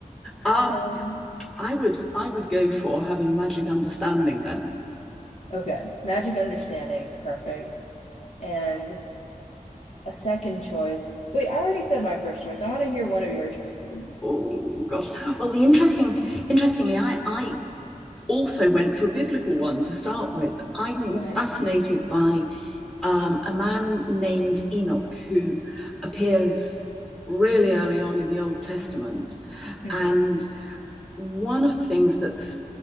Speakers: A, in the centre; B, on the left.
A: um,
B: Um,
A: I would I would go for having magic understanding then.
B: okay. Magic understanding, perfect. And a second choice. Wait, I already said my first choice. I want to hear one of your choices.
A: Oh gosh. Well, the interesting interestingly, I I also went for a biblical one to start with. I'm
B: Nice.
A: fascinated by um, a man named Enoch who appears really early on in the Old Testament.
B: Mm-hmm.
A: And one of the things that's